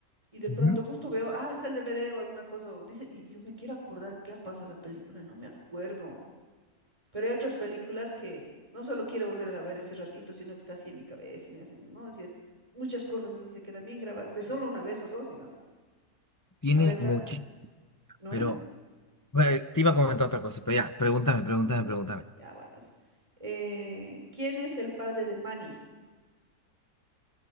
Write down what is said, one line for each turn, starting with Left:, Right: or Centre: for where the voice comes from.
Right: y de
Left: ujú.
Right: pronto justo veo, ah, está el DVD o alguna cosa, o dice, y yo me quiero acordar qué ha pasado en la película, no me acuerdo. Pero hay otras películas que no solo quiero volver a ver ese ratito, sino que está así en mi cabeza y me hace, no, así, muchas cosas así se quedan bien grabadas, de solo una vez o dos, digamos, ¿no?
Left: Tiene
Right: A ver,
Left: mucho,
Right: da- ¿no?
Left: pero
Right: ¿eh?
Left: bueno, te iba a comentar otra cosa, pero ya, pregúntame, pregúntame,
Right: No, dale.
Left: pregúntame.
Right: Ya, buenas. Eh, ¿quién es el padre de Manny?